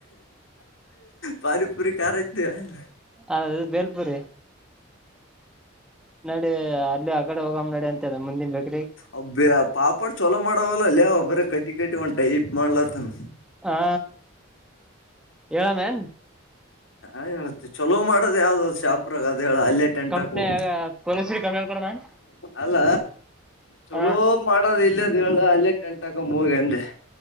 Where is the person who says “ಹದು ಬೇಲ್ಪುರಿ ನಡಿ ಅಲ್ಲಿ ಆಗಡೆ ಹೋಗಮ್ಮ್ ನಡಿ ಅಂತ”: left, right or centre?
Centre